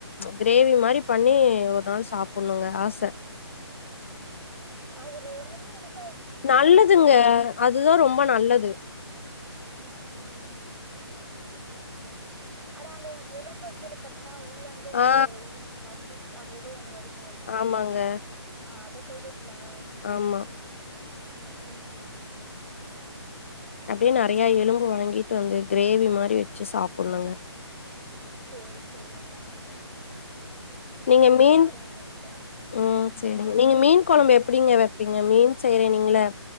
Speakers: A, on the left; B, on the right.
A: கிரேவி மாரி பண்ணி ஒரு நாள் சாப்புன்னுங்க ஆச
B: அதுல ஒண்ணுமே இருக்
A: நல்லதுங்க அதுதா ரொம்ப நல்லது
B: ம் ம் அட அந்த எலும்ப கீழ தட்னா உள்ளந்து ஒரு
A: ஆ
B: இதும் மஸ்சில்ஸ் அந்த ஏதோ ஒண்ணு வருமே
A: ஆமாங்க
B: ஆ அத சொல்றீங்ளா
A: ஆமா
B: ம் ம்
A: அப்டியே நெறைய எலும்பு வாங்கிட்டு வந்து கிரேவி மாரி வெச்சு சாப்புன்னுங்க
B: சேர் செரிங்க
A: நீங்க மீன்
B: பாருங்க நெக்ஸ்ட் டைம்
A: ம் சேரிங்க
B: என்னங்க
A: நீங்க மீன் ன் கொழம்பு எப்டிங்க வைப்பீங்க மீன் செய்யறே நீங்கள